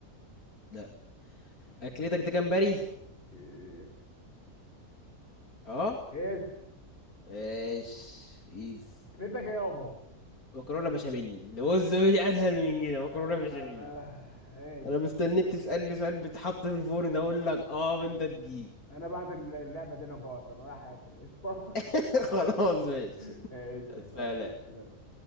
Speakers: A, on the left (about 70°); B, on the left (about 40°).
A: لا أكلتك ده جمبري
B: يس
A: اه
B: يس
A: ماشي ايز
B: اكلتك ايه يابا
A: مكرونة بشاميل بص مش أسهل من كده مكرونة
B: آه،
A: بشاميل
B: ماشي
A: انا مستنيك تسألني سؤال بيتحط في الفرن اقول لك اه وانت تجيب
B: انا بعد اللعبه دي انا جوعت انا رايح اكل قشطه
A: <laughs> خلاص ماشي
B: <laughs> ماشي
A: سلام
B: يلا سلام.